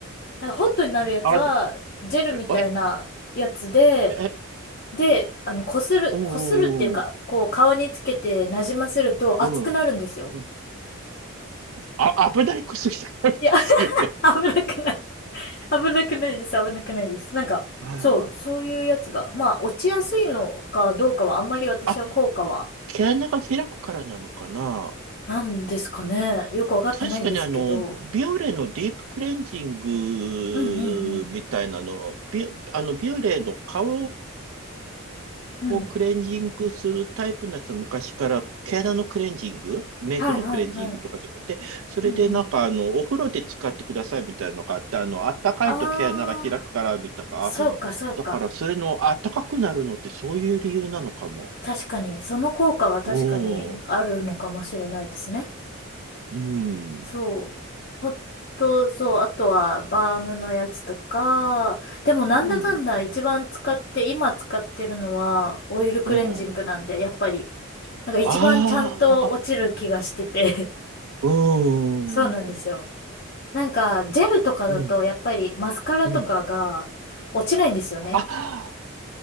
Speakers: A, on the left; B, on the right.
A: なんかホットになるやつは、
B: あの、
A: ジェルみたいなやつで、
B: え、え、え
A: で、あの、こする、
B: うん、
A: こするっていうか、
B: う
A: こう顔につけてなじませると熱くなるんですよ。
B: ん、うん。あ、危ない薬じゃないですよね。
A: いや、<laughs> 危なくない。危なくないです、危なくないです。なんか、
B: あ
A: そう、そういうやつが、まあ、落ちやすいのかどうかは、あんまり私は効果は
B: あ。あ、毛穴が開くからなのかな
A: なんですかね。よくわかってないんですけど。
B: 確かにあの、ビオレのディープクレンジングみたいなの、
A: うんうん
B: ビ、あの、ビオレの顔
A: うん。
B: をクレンジングするタイプのやつは昔から毛穴のクレンジング、
A: うん。
B: メイクのクレンジングとかでって、
A: はいはいはい。
B: それでなんかあの、
A: うんうん。
B: お風呂で使ってくださいみたいなのがあって、あの、あったかいと毛穴が開くからみたいな、
A: ああ、そうかそうか。
B: あだからそれのあったかくなるのってそういう理由なのかも。
A: 確かに、その効果が確かにあるのかもしれないですね。
B: うん、うん、
A: そう。ほんと、そう。あとは、バームのやつとか。でも、なんだかんだ一番使って、
B: うん、
A: 今使ってるのは、オイルクレンジングなんで、
B: うん。
A: やっぱり、なんか一番ちゃんと落ちる気がしてて
B: ああ、うーん、
A: <laughs> そうなんですよ。なんか、ジェルとかだと、
B: うん、
A: やっぱりマスカラとかが落ちないんですよね。
B: うん、あ、